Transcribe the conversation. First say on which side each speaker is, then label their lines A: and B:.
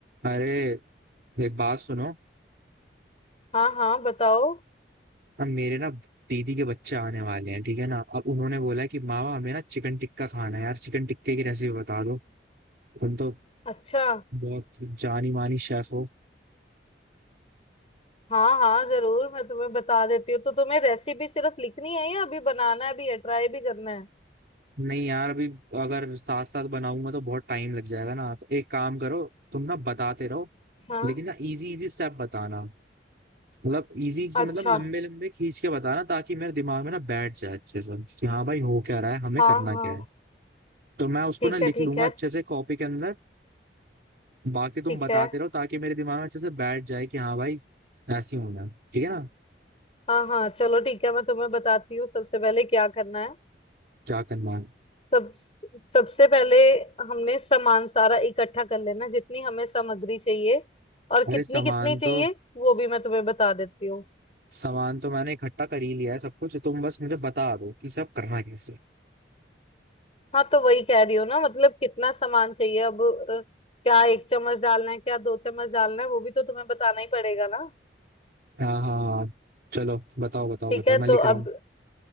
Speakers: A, on the right; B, on the left.
A: अरे एक बात सुनो
B: हाँ हाँ बताओ
A: अब मेरे ना दीदी के बच्चे आने वाले हैं ठीक है ना अब उन्होंने बोला है कि मामा हमें ना चिकन टिक्का खाना है यार चिकन टिक्के की रेसिपी बता दो तुम तो
B: अच्छा
A: बहुत जानी मानी शेफ हो
B: हाँ हाँ जरूर मैं तुम्हें बता देती हूँ तो तुम्हें रेसिपी सिर्फ लिखनी है या अभी बनाना भी है ट्राई भी करना है
A: नहीं यार अभी अगर साथ साथ बनाऊंगा तो बहुत टाइम लग जाएगा ना तो एक काम करो तुम ना बताते रहो
B: हाँ
A: लेकिन ना इजी इजी स्टेप बताना मतलब इजी
B: अच्छा
A: मतलब लंबे लंबे खींच के बताना ताकि मेरे दिमाग में ना बैठ जाए अच्छे से कि हाँ भाई हो क्या रहा है हमें
B: हाँ
A: करना
B: हाँ
A: क्या है तो मैं उसको
B: ठीक
A: ना लिख
B: है ठीक
A: लूंगा
B: है
A: अच्छे से कॉपी के अंदर बाकी तुम
B: ठीक
A: बताते
B: है
A: रहो ताकि मेरे दिमाग में अच्छे से बैठ जाए कि हाँ भाई ऐसी होना है ठीक है ना
B: हाँ हाँ चलो ठीक है मैं तुम्हें बताती हूँ सबसे पहले क्या करना है
A: क्या करना है
B: सब सबसे पहले हमने सामान सारा इकट्ठा कर लेना जितनी हमें सामग्री चाहिए और
A: अरे
B: कितनी
A: सामान
B: कितनी चाहिए
A: तो
B: वो भी मैं तुम्हें बता देती हूँ
A: सामान तो मैंने इकट्ठा कर ही लिया है सब कुछ तुम बस मुझे बता दो कि सब करना कैसे है।
B: हाँ तो वही कह रही हूँ ना मतलब कितना सामान चाहिए अब अ, क्या एक चम्मच डालना है क्या दो चम्मच डालना है वो भी तो तुम्हें बताना ही पड़ेगा ना
A: हाँ हाँ हाँ चलो बताओ बताओ
B: ठीक
A: बताओ
B: है
A: मैं
B: तो
A: लिख रहा
B: अब
A: हूँ